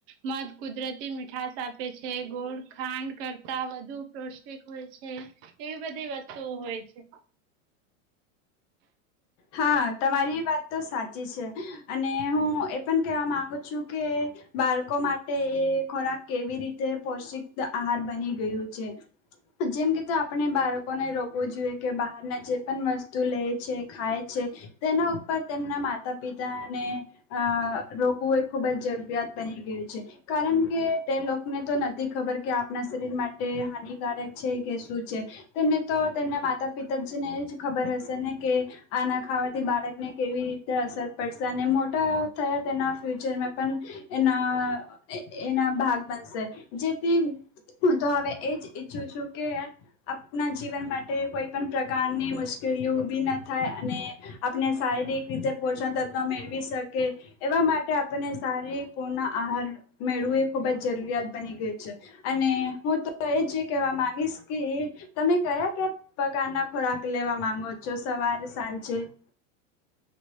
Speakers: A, on the right; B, on the left.
A: મધ કુદરતી મીઠશ આપે છે ગોળ ખાંડ કરતા વધુ પૌષ્ટિક હોય છે, એવી બધી વસ્તુઓ હોય છે.
B: હા તમારી વાત તો સાચી છે, અને હું એ પણ કેહેવા માંગુ છું કે, બાળકો માટે એ ખોરાક કેવી રીતે પોૌષ્ટિક આહાર બની ગયું છે, જેમ કે તો આપણે બાળકોને રોકવું જોઈએ કે બહારના જે પણ વસ્તુ લે છે ખાય છે, તેના ઉપર તેમના માતા પિતાને અ રોકવું એ ખુબ જ જરૂરિયાત બની ગયું છે, કારણ કે તે લોકોને તો નથી ખબર કે આપણા શરીર માટે હાનિકારક છે કે શું, છે તેમને તો તેમના માતા પિતા જ ને એ જ ખબર હશે ને કે આના ખાવાથી બાળકને કેવી રીતે અસર પડશે અને મોટા થયા તેના ફ્યુચરમાં પણ, એના એના ભાગ બનશે, જેથી હું તો હવે એ જ ઈચ્છું છું કે, આપણા જીવન માટે કોઈ પણ પ્રકારની મુશ્કેલીઓ ઊભી નથી થાય અને, આપણે શારીરિક રીતે પોષણ તત્વ મેળવી શકે, એવા માટે આપણને શારીરિક પૂર્ણ આહાર મેળવું એ ખૂબ જ જરૂરિયાત બની ગઈ છે, અને હું તો એ જ કહેવા માંગીશ કે તમે કયા કયા પ્રકારના ખોરાક લેવા માંગો છો? સવાર સાંજે?